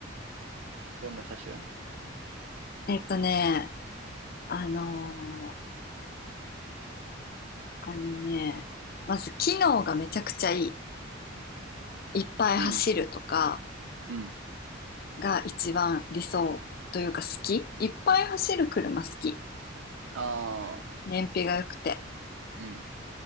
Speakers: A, on the right; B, on the left.
A: どんな車種
B: えっとね、あのーあのね、まず機能がめちゃくちゃいい。いっぱい走るとか
A: うん、うん。
B: が一番理想というか好き。いっぱい走る車好き。
A: ああ、
B: 燃費が良くて。
A: うん、